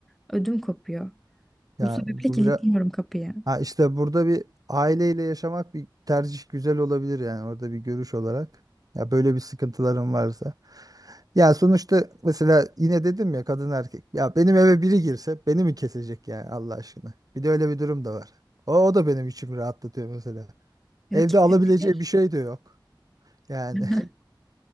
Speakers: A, in the centre; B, on the right.
A: ödüm kopuyor.
B: Yani
A: Bu sebeple
B: bu
A: kilitliyorum
B: biraz
A: kapıyı.
B: Ha işte burada bir aileyle yaşamak bir tercih güzel olabilir yani orada bir görüş olarak. Ya böyle bir sıkıntıların varsa. Ya sonuçta mesela yine dedim ya kadın erkek. Ya benim eve biri girse beni mi kesecek yani Allah aşkına. Bir de öyle bir durum da var. O, o da benim içimi rahatlatıyor mesela.
A: Ya
B: Evde
A: kesinlikle.
B: alabileceği bir şey de yok. Yani
A: <laughs>